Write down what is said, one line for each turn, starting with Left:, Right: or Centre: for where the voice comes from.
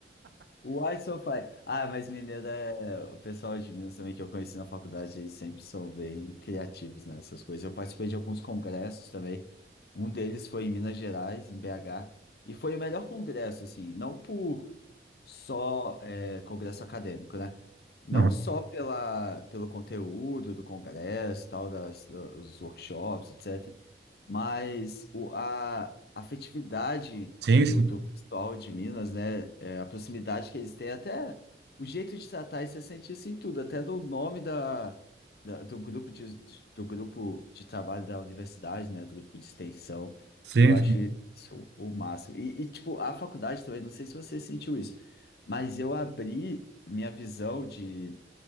Left: Why so fine? Ah, mas Mineiro é... O pessoal de Minas também que eu conheci na faculdade, eles sempre são bem criativos né, nessas coisas. Eu participei de alguns congressos também. Um deles foi em Minas Gerais, em BH. E foi o melhor congresso, assim, não por só é, congresso acadêmico, né? Não
Right: Uhum.
Left: só pela, pelo conteúdo do congresso, tal, das, dos workshops, etc. Mas o, a a afetividade
Right: Sim,
Left: do,
Right: sim,
Left: do pessoal de Minas, né? É, a proximidade que eles têm, até o jeito de tratar, e você sente isso em tudo, até do nome da, da- do grupo de, de- do grupo de trabalho da universidade, né? Do grupo de extensão.
Right: sim,
Left: Eu acho
Right: sim.
Left: isso o máximo. E, e, tipo, a faculdade também, não sei se você sentiu isso, mas eu abri minha visão de,